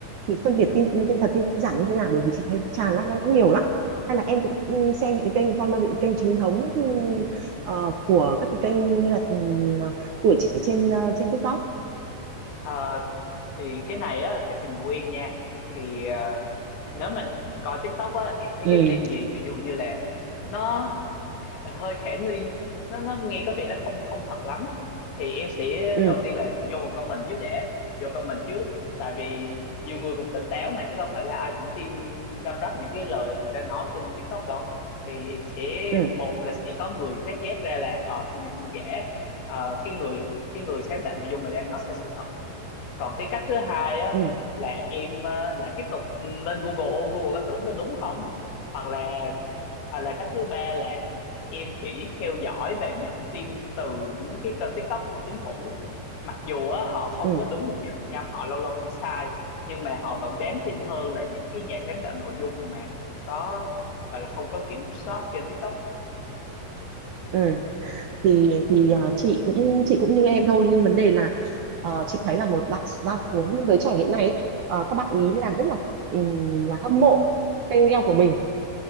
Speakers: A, on the right; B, on the left.
A: thì phân biệt tin tin thật tin giả như thế nào bởi vì chị thấy nó tràn lan nó nhiều lắm hay là em cũng ừ, xem những cái kênh follow những kênh chính thống ừ, ờ, của các cái kênh như là ừ, ờ, tuổi trẻ trên ờ, trên TikTok
B: Ờ, thì cái này á theo kinh nghiệm của em nha thì ờ, nếu mình coi TikTok á em thấy
A: ừ
B: cái tin gì ví dụ như là nó hơi khả nghi nó nó nghe có vẻ nó không không thật lắm thì em sẽ
A: ừ
B: đầu tiên là vô một comment trước để vô comment trước tại vì nhiều người cũng tỉnh táo mà chứ đâu phải là ai cũng tin răm rắp những cái lời người ta nói trên TikTok đâu thì sẽ
A: ừ
B: một là sẽ có người phát giác ra là ờ tin này tin giả ờ, cái người cái người sáng tạo nội dung mà đang nói sai sự thật còn cái cách thứ hai á
A: ừ
B: là em ờ, lại tiếp tục ừ, lên Google Google có thử đúng không hoặc là hoặc là cách thứ ba là em chỉ theo dõi và nhận tin từ những cái kênh TikTok của chính phủ mặc dù á, họ không
A: ừ
B: có đúng một trăm phần trăm họ lâu lâu vẫn sai nhưng mà họ vẫn đáng tin hơn là những cái nhà sáng tạo nội dung mà không có gọi là không có kiểm soát trên TikTok
A: ừ thì thì ờ, chị cũng chị cũng như em thôi nhưng vấn đề là ờ, chị thấy là một đại đa số giới trẻ hiện nay ấy, ờ, các bạn ý là rất là ừm, là hâm mộ KOL của mình